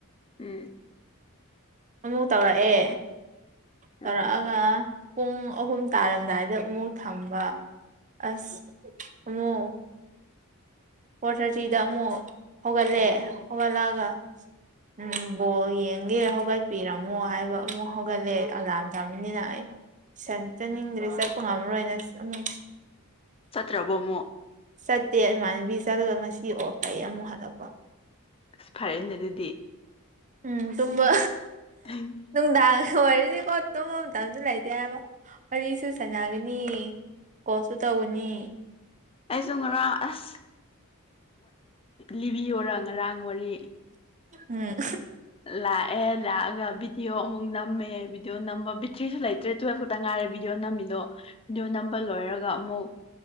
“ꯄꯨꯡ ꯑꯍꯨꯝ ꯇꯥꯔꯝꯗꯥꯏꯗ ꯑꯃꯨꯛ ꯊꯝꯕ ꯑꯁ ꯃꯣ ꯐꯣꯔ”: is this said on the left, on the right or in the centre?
Right